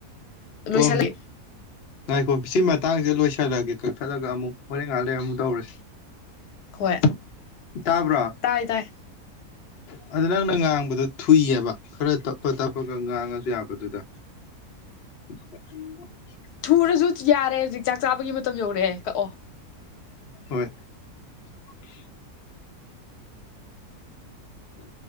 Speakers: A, on the left; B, on the left.
A: ꯂꯨꯏꯁꯜꯂꯤ꯫
B: ꯑꯣ ꯉꯥꯏꯈꯣ ꯁꯤ ꯃꯇꯥꯡꯁꯤꯦ ꯂꯣꯏꯁꯤꯜꯂꯒꯦ ꯀꯛꯊꯠꯂꯒ ꯑꯃꯨꯛ ꯍꯣꯔꯦꯟ ꯉꯥꯏꯍꯥꯛ ꯂꯩ ꯑꯃꯨꯛ ꯇꯧꯔꯁꯤ
A: ꯍꯣꯏ
B: ꯇꯥꯕ꯭ꯔꯣ
A: ꯇꯥꯏ ꯇꯥꯏ
B: ꯑꯗ ꯅꯪꯅ ꯉꯥꯡꯕꯗꯣ ꯊꯨꯏꯑꯕ ꯈꯔ ꯇꯞꯄ ꯇꯞꯄꯒ ꯉꯥꯡꯉꯁꯨ ꯌꯥꯕꯗꯨꯗ <unintelligible>
A: ꯊꯨꯔꯁꯨ ꯌꯥꯔꯦ ꯍꯧꯖꯤꯛ ꯆꯥꯛ ꯆꯥꯕꯒꯤ ꯃꯇꯝ ꯌꯧꯔꯛꯑꯦ ꯀꯛꯑꯣ
B: ꯍꯣꯏ <unintelligible> ꯎ